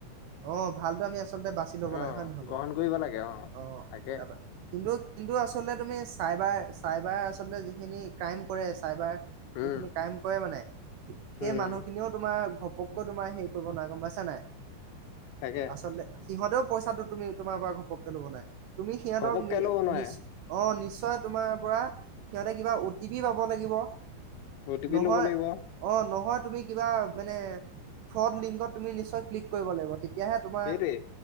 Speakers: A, on the right; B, on the left.
A: অ ভালটো আমি আচলতে বাছি ল'ব
B: অ
A: লাগে হয় নহয়
B: গ্ৰহণ
A: বাৰু?
B: কৰিব লাগে
A: অ
B: তাকে
A: তাৰপৰা কিন্তু কিন্তু আচলতে তুমি চাইবাৰ চাইবাৰ আচলতে যিখিনি ক্ৰাইম কৰে চাইবাৰ ক্ৰাইম
B: উম
A: কৰে মানে সেই
B: উম
A: মানুহখিনিও তোমাৰ ঘপককৈ হেৰি কৰিব নোৱা গম পাইছা নাই?
B: তাকে
A: আচলতে সিহঁতেও পইচাটো তুমি তোমাৰ পৰা ঘপককে ল'ব নাই, তুমি সিহঁতক
B: ঘপককে
A: নি
B: ল'ব নোৱাৰে
A: নিচ অ নিশ্চয় তোমাৰ পৰা সিহঁতে কিবা অ' টি পি পাব লাগিব
B: অ' টি পি
A: নহয়
B: ল'ব লাগিব
A: অ নহয় তুমি কিবা মানে ফ্ৰড লিংকত তুমি নিশ্চয় ক্লিক কৰিব লাগিব, তেতিয়াহে তোমাৰ,
B: সেইটোৱেই